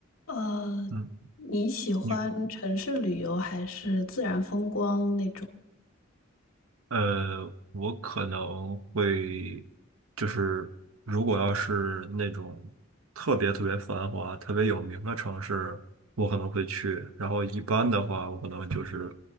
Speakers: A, on the left; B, on the right.
A: 呃，
B: 嗯，
A: 你喜欢城市旅游还是自然风光那种？
B: 你呃，我可能会就是，如果要是那种特别特别繁华、特别有名的城市，我可能会去。然后一般的话，我可能就是